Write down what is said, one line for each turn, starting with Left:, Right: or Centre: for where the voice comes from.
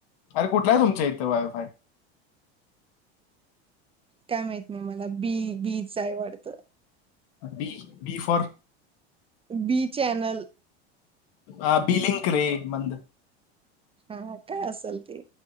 Left: अरे कुठलाय तुमच्या इथ वाय फाय?
Right: काय माहित नाही मला बी बी च हाय वाडतं.
Left: B B for
Right: B channel.
Left: अ बिलिंक रे मंद.
Right: हा काय अस लते.